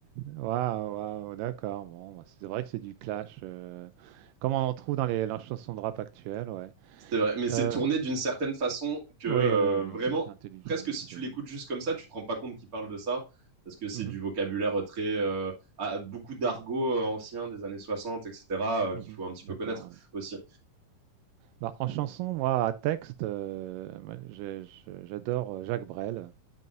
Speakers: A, on the right; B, on the right.
A: Waouh, waouh, d'accord. Bon, bah, c'est vrai que c'est du clash. euh, Comme on en trouve dans les, dans les chansons de rap actuelles, ouais.
B: C'est vrai, mais c'est
A: Euh,
B: tourné d'une certaine façon que euh,
A: oui, oui, oui,
B: vraiment,
A: c'est intelligemment
B: presque si tu
A: fait.
B: l'écoutes
A: ouais.
B: juste comme ça, tu te rends pas compte qu'il parle de ça, parce que c'est
A: Mhm,
B: du vocabulaire très, euh, à- beaucoup d'argot euh, ancien des années 60, etc., euh,
A: mhm,
B: qu'il faut un petit
A: D'accord.
B: peu connaître
A: ouais.
B: aussi.
A: Bah, en chanson, moi, à texte, euh, moi, j'ai- je- j'adore euh, Jacques Brel.